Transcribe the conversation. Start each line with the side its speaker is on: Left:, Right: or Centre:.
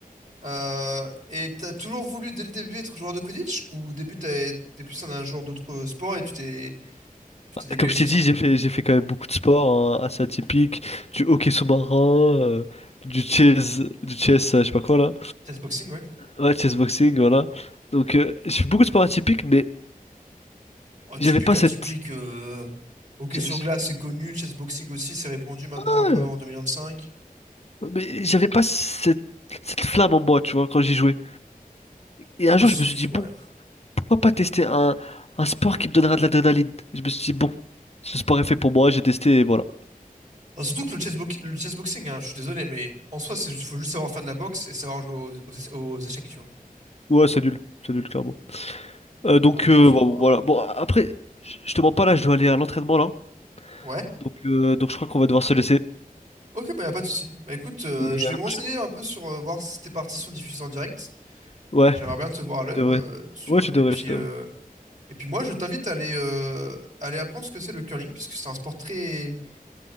Right: Euh, et t'as toujours voulu dès le début être joueur de Quidditch ou au début t'as- t'es plus un, un joueur d'autres sports et tu t'es tu
Left: Bah,
Right: t'es décalé
Left: Comme je
Right: sur
Left: t'ai
Right: ça?
Left: dit, j'ai fait, j'ai fait quand même beaucoup de sports hein, assez atypiques, du hockey sous-marin, euh, du chess, du chess, euh, je sais pas quoi là.
Right: Peut-être boxing, oui.
Left: Ouais, chess boxing, voilà. Donc, euh, j'ai fait beaucoup de sports atypiques, mais
Right: Oh, typique,
Left: j'avais pas
Right: atypique.
Left: cette.
Right: Euh... Hockey
Left: j'a-
Right: sur
Left: j'a-
Right: glace, c'est connu. Chessboxing aussi, c'est répandu maintenant
Left: ah,
Right: un peu en 2025.
Left: mais j'avais pas cette, cette flamme en moi, tu vois, quand j'y jouais. Et un
Right: Ah,
Left: jour,
Right: s-
Left: je me suis dit, bon,
Right: ouais.
Left: pourquoi pas tester un, un sport qui me donnera de l'adrénaline? Je me suis dit, bon, ce sport est fait pour moi, j'ai testé et voilà.
Right: Ah, surtout que le chessbox- le chessboxing, hein, je suis désolé, mais en soi, il faut juste savoir faire de la boxe et savoir jouer aux, aux éche- aux échecs, tu vois.
Left: Ouais, c'est nul, c'est nul, clairement. Euh, donc,
Right: Donc
Left: euh,
Right: bon, c'est
Left: bon,
Right: pas...
Left: bon, voilà. Bon, après, je je te mens pas là, je dois aller à l'entraînement là.
Right: Ouais.
Left: Donc, euh, donc je crois qu'on va devoir se laisser.
Right: Ok, bah y a pas de souci. Bah écoute, euh,
Left: Et
Right: je vais
Left: à la
Right: me
Left: prochaine.
Right: renseigner un peu sur euh, voir si tes parties sont diffusées en direct.
Left: Ouais,
Right: J'aimerais bien te voir à l'œuvre.
Left: tu devrais.
Right: euh, sur...
Left: Ouais, tu devrais,
Right: Et puis,
Left: tu devrais.
Right: euh, et puis moi, je t'invite à aller, euh, à aller apprendre ce que c'est le curling, puisque c'est un sport très...